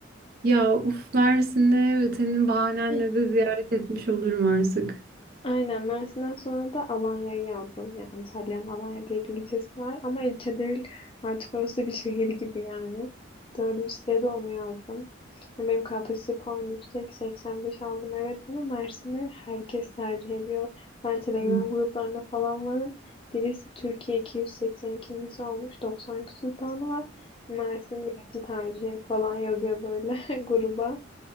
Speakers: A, on the right; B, on the left.
A: Ya uf Mersin'e senin bahanenle
B: <laughs>
A: de ziyaret etmiş olurum artık.
B: Aynen Mersin'den sonra da Alanya'yı yazdım. Ya Antalya'nın Alanya diye bir ilçesi var ama ilçe değil artık orası bir şehir gibi yani. Dördüncü sırada onu yazdım. Ya Benim KPSS puanım yüksek 85 aldım evet ama Mersin'i herkes tercih ediyor. Ben Telegram
A: <laughs> Hı.
B: gruplarında falan varım. Birisi Türkiye 282.si olmuş 90 küsur puanı var. Mersin birinci tercihim falan yazıyor böyle <laughs> gruba.